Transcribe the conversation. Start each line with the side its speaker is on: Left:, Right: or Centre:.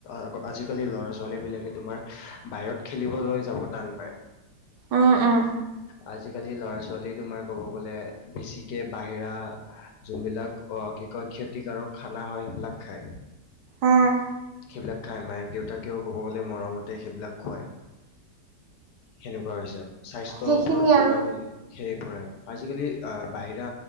Left: আগ আজিকালি ল'ৰা ছোৱালীবিলাকে তোমাৰ বাহিৰত- খেলিবলৈ যাব তান পায়।
Right: উম উম।
Left: আজি কালি ল'ৰা ছোৱালী তোমাৰ ক'ব গ'লে, বেছিকে বাহিৰা- যোনবিলাক অঁ কি কয় ক্ষতিকাৰক খানা হয় সেইবিলাক খায়।
Right: অঁ'
Left: সেইবিলাক খায় মায়েক দেউতাকেও ক'ব গ'লে মৰমতে সেইবিলাক খোৱায়। সেনেকুৱা হৈছে। স্বাস্থ্যৰ
Right: সেইখিনিয়ে
Left: ওপৰত কিমান-
Right: আৰু
Left: হেৰি পৰে। আজি কালি আঁ বাহিৰা